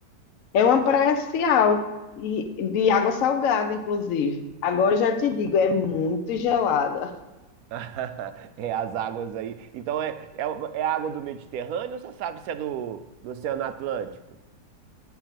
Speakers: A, on the left; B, on the right.
A: É uma praia social e de água salgada, inclusive. Agora eu já te digo, é muito gelada.
B: <laughs> É as águas aí. Então é, é, uma- é água do Mediterrâneo ou você sabe se é do, do Oceano Atlântico?